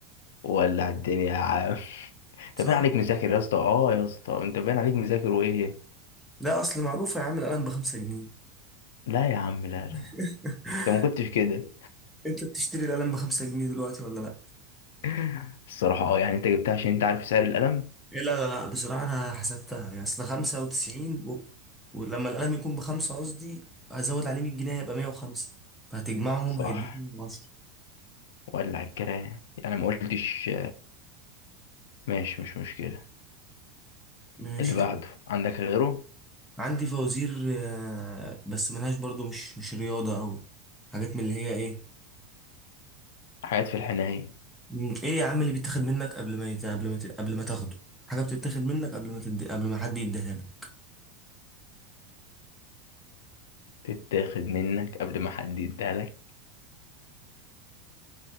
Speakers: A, on the left; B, in the centre.
A: ولع الدنيا يا عم <laughs> انت
B: صح؟
A: باين عليك مذاكر يا اسطى اه يا اسطى انت باين عليك مذاكر وايه؟
B: لا أصل معروفة يا عم القلم بخمسة جنيه
A: لا يا عم لا لا
B: <laughs>
A: انت ما كنتش كده
B: أنت بتشتري القلم بخمسة جنيه دلوقتي ولا لأ؟
A: <laughs> الصراحة اه يعني انت جبتها عشان انت عارف سعر القلم
B: إيه لا لا لا بصراحة أنا حسبتها يعني أصل خمسة وتسعين و... ولما القلم يكون بخمسة قصدي هزود عليه مية جنيه هيبقى مية وخمسة فهتجمعهم
A: صح
B: هيديك مية وعشرة
A: ولع الكلام يعني ما قلتش ماشي مش مشكلة
B: ماشي
A: اللي بعده
B: يعني
A: عندك غيره
B: عندي فوازير آه، بس ملهاش برضو مش مش رياضة أوي حاجات من اللي هي إيه
A: حاجات في الحناية
B: م، إيه يا عم اللي بيتاخد منك قبل ما يت... قبل ما ت... قبل ما تاخده حاجة بتتاخد منك قبل ما تد... قبل ما حد يديها لك
A: تتاخد منك قبل ما حد يديها لك